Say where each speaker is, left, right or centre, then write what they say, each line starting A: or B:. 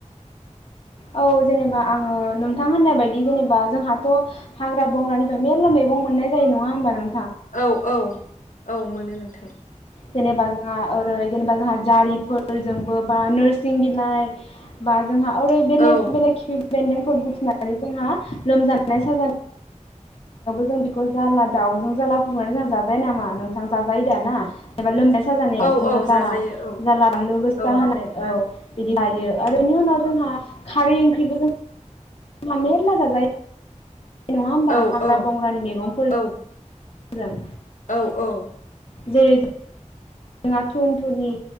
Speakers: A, on the left; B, on the left.
A: औ जेनेबा आङो नोंथां होननाय बायदि जेनेबा जोंहाथ' हाग्रा बंग्रानिफ्राय मेरला मैगं मोननाय जायो नङा होमबा नों
B: औ औ औ मोनो। नोंथां।
A: जेनेबा जोंहा ओरै जेनेबा जोंहा जारिफोरजोंबो बा नोरसिं बिलाइ बा। जोंहा ओरै बेलेग
B: औ
A: बेले खिफि बेन्दोंफोर बुथुमनानै जोंहा लोमजानाय <inaudible> जों बेखौ जाला दाउजों जाला फुदुंनानै जोंहा जाजायो नामा नोंथां जाजायो दा ना? एबा लोम साजानायाव
B: औ
A: जोङो
B: औ
A: जा
B: जाजायो औ
A: जाला बानलु गोसा
B: औ
A: होनाय औ बिदि लायो आरो बेनि उनाव जोंहा खारै ओंख्रिबो जों माने एरला जाजायो। नङा होमबा
B: औ
A: हाग्रा
B: औ
A: बंग्रानि मैगंफोर
B: औ
A: मोजां
B: औ औ
A: जेरै जों जोंहा थुनथुनि